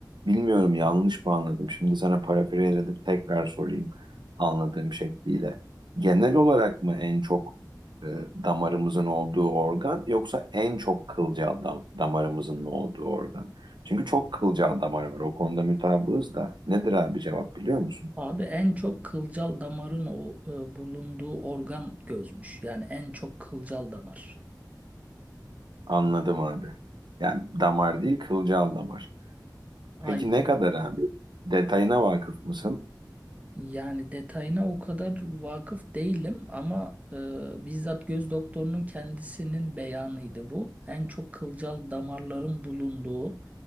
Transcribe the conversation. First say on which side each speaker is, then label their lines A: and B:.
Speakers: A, on the right; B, on the right.
A: Bilmiyorum yanlış mı anladım? Şimdi sana parafraze edip tekrar sorayım anladığım şekliyle. Genel olarak mı en çok e, damarımızın olduğu organ yoksa en çok kılcal dam damarımızın mı olduğu organ? Çünkü çok kılcal damar var. O konuda mutabığız da. Nedir abi cevap biliyor musun?
B: Abi en çok kılcal damarın o e, bulunduğu organ gözmüş. Yani en çok kılcal damar.
A: Anladım abi. Yani damar değil kılcal damar.
B: Aynen.
A: Peki ne kadar abi? Detayına vakıf mısın?
B: Yani detayına o kadar vakıf değilim ama e, bizzat göz doktorunun kendisinin beyanıydı bu. En çok kılcal damarların bulunduğu